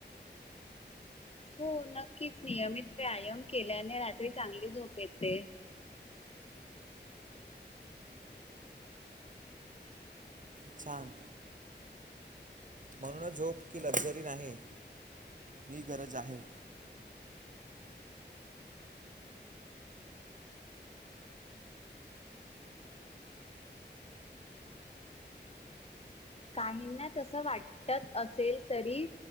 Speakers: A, on the left (about 35°); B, on the right (about 45°).
A: हो नक्कीच! नियमित व्यायाम केल्याने रात्री चांगली झोप येते.
B: छान! म्हणूनच झोप की लक्झरी नाही मी गरज आहे.
A: काहींना तसं वाटत असेल तरी